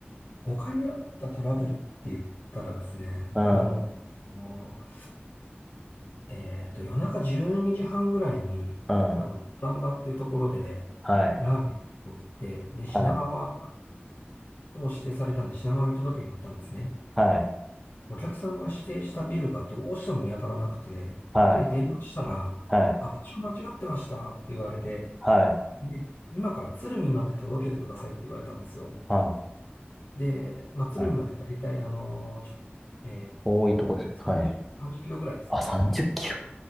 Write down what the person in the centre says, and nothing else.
うん、
うん。
はい、
はい、
はい、
はい、
はい、
はい、
はい、
はい。
遠いとこですね。
はい。
あ、30キロ。